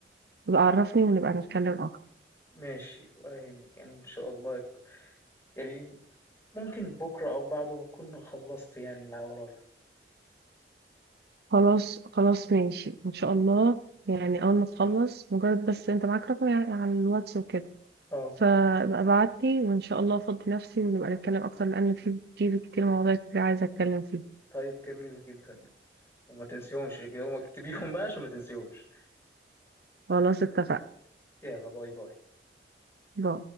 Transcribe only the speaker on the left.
ماشي ولا يهمك يعني إن شاء الله يك- يعني ممكن بكرة أو بعده أكون خلصت يعني اللي ورايا
اه
طيب جميل جدا وما تنسيهمش كده وما اكتبيهم بقى عشان ما تنسيهمش
يلا باي باي